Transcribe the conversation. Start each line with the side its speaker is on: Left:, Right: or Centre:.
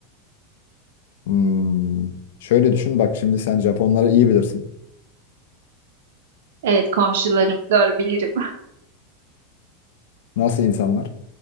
Left: Hmm. Şöyle düşün bak şimdi sen Japonları iyi bilirsin.
Right: Evet komşularım doğru bilirim.
Left: Nasıl insanlar?